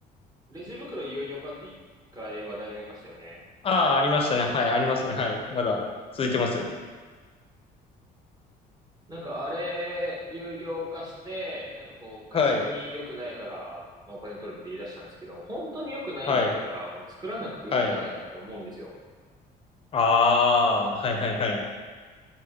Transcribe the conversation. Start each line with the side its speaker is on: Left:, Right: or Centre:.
Right: レジ袋有料化って一回話題になりましたよね。
Left: ああ、ありましたね。はい。ありますね。はい。まだ続いてますよね。
Right: なんかあれ、有料化して、なんかこう、環境に良くないから、
Left: はい。
Right: まあ、お金取るって言い出したんですけど、本当に良くないんだったら、
Left: はい。
Right: もう作らなくていいんじゃないかって思うんですよ。
Left: はい。ああ、はいはいはい。